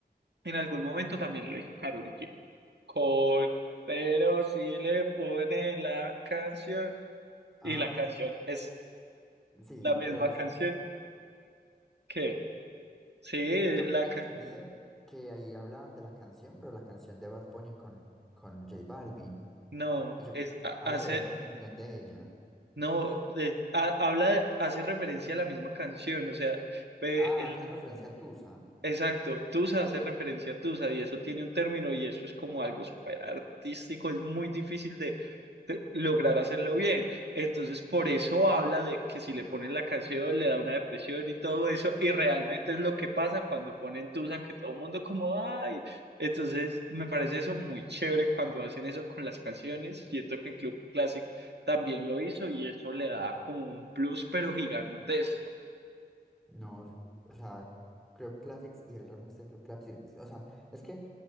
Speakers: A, on the right; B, in the centre.
A: en algún momento también lo hizo Karol G, con, pero si le ponen la canción.
B: Ah,
A: Y la canción es
B: sí,
A: la misma
B: pero es-
A: canción. ¿Qué? Sí,
B: yo
A: la
B: tenía
A: ca-
B: entendido que ahí hablaban de la canción, pero la canción de Bad Bunny con, con J Balvin.
A: no,
B: Yo-
A: es ha-
B: habla
A: hace
B: de otra canción de ella.
A: no de- ha- habla hace referencia a la misma canción, o sea, ve,
B: Ah, hace referencia a Tusa.
A: Exacto, Tusa hace referencia a Tusa y eso tiene un término y eso es como algo súper artístico, es muy difícil de, de lograr hacerlo bien. Entonces, por eso habla de que si le ponen la canción le da una depresión y todo eso, y realmente es lo que pasa cuando ponen Tusa, que todo el mundo como, ay, entonces me parece eso muy chévere cuando hacen eso con las canciones. Siento que Club Classic también lo hizo y eso le da como un plus, pero gigantesco.
B: No, o sea, Club Classics y el remix de Club Classics, o sea, es que